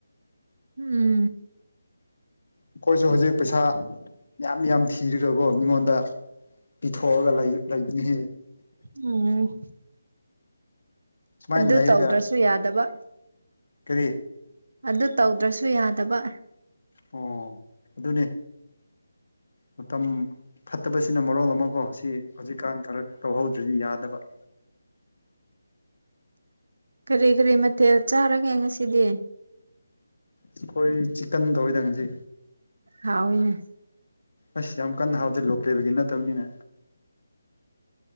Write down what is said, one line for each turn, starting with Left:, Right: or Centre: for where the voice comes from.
Right: <unintelligible>
Left: ꯑꯩꯈꯣꯏꯁꯨ ꯍꯧꯖꯤꯛ ꯄꯩꯁꯥ ꯌꯥꯝ ꯌꯥꯝ ꯊꯤꯔꯒꯀꯣ ꯃꯤꯉꯣꯟꯗ ꯄꯤꯊꯣꯛꯑꯒ ꯂꯩ ꯂꯩꯕꯅꯤꯍꯤ
Right: ꯎꯝ
Left: ꯁꯨꯃꯥꯏꯅ
Right: ꯑꯗꯨ
Left: ꯂꯩꯔꯒ
Right: ꯇꯧꯗ꯭ꯔꯁꯨ ꯌꯥꯗꯕ
Left: ꯀꯔꯤ
Right: ꯑꯗꯨ ꯇꯧꯗ꯭ꯔꯁꯨ ꯌꯥꯗꯕ
Left: ꯑꯣ ꯑꯗꯨꯅꯦ ꯃꯇꯝ ꯐꯠꯇꯕꯁꯤꯅ ꯃꯔꯣꯜ ꯑꯃꯀꯣ ꯁꯤ ꯍꯧꯖꯤꯛꯀꯥꯟ ꯈꯔ ꯇꯧꯍꯧꯗ꯭ꯔꯗꯤ ꯌꯥꯗꯕ
Right: ꯀꯔꯤ ꯀꯔꯤ ꯃꯊꯦꯜ ꯆꯥꯔꯒꯦ ꯉꯁꯤꯗꯤ
Left: ꯑꯩꯈꯣꯏ ꯆꯤꯛꯀꯟ ꯇꯧꯌꯤꯗ ꯉꯁꯤ
Right: ꯍꯥꯎꯋꯤꯅꯦ
Left: ꯑꯁ ꯌꯥꯝ ꯀꯟꯅ ꯍꯥꯎꯇꯦ ꯂꯣꯀꯦꯜꯒꯤ ꯅꯠꯇꯕꯅꯤꯅ